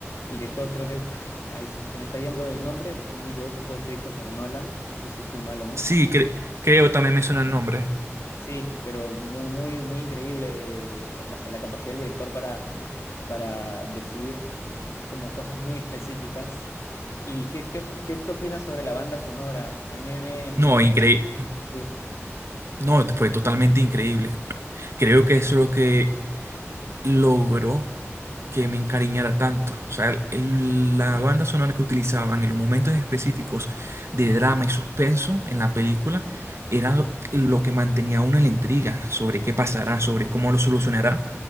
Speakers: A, on the left (about 75°); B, on the right (about 60°).
A: el director creo que... ay, ahí se se me está yendo el nombre, si no me equivoco fue Christopher Nolan, no sé si estoy mal o no.
B: Sí, cre- creo también me suena el nombre.
A: Sí, pero muy, muy, muy increíble, eh, o sea, la capacidad del director para, para decidir como cosas muy específicas. ¿Y qué, qué, qué, qué opinas sobre la banda sonora? A mí me... me
B: No, increíble.
A: sí.
B: No, fue totalmente increíble. Creo que eso es lo que logró que me encariñara tanto. O sea, el- la banda sonora que utilizaban en los momentos específicos de drama y suspenso en la película era lo que mantenía a uno en la intriga sobre qué pasará, sobre cómo lo solucionará